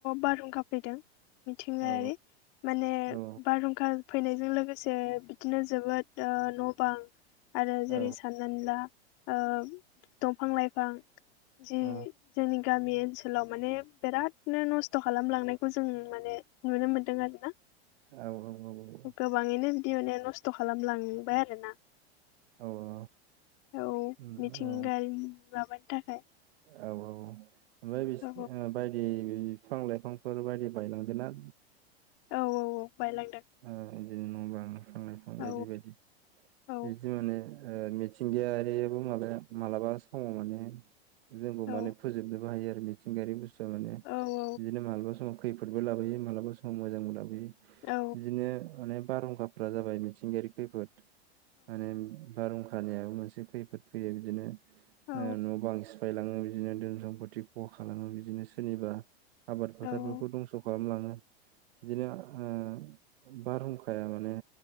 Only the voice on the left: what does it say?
बारहुंखा फैदों मिथिंगायारि
माने
बारहुंखा फैनायजों लोगोसे बिदिनो जोबोद न' बां आरो जेरै
साननानै ला दंफां लाइफां जि
जोंनि गामि ओनसोलाव माने बिरादनो नस्थ' खालामलांनायखौ जों माने नुनो मोनदों आरो ना।
गोबाङैनो बिदि माने नस्थ' खालामलांबाय आरो ना।
औ
मिथिंगानि
माबानि थाखाय।
औ
औ औ औ बायलांदों।
औ
औ
औ
औ
औ
औ
ओं